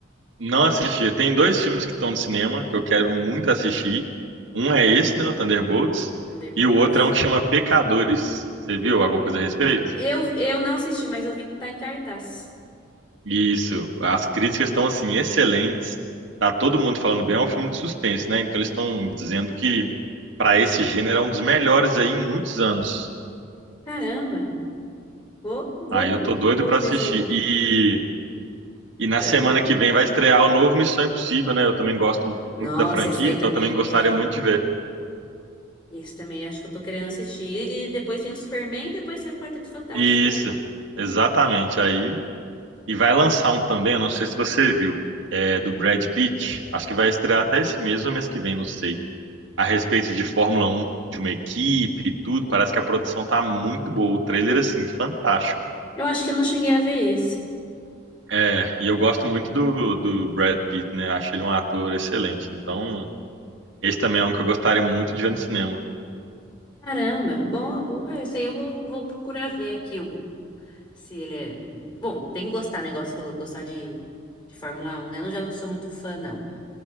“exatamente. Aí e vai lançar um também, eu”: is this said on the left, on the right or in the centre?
Right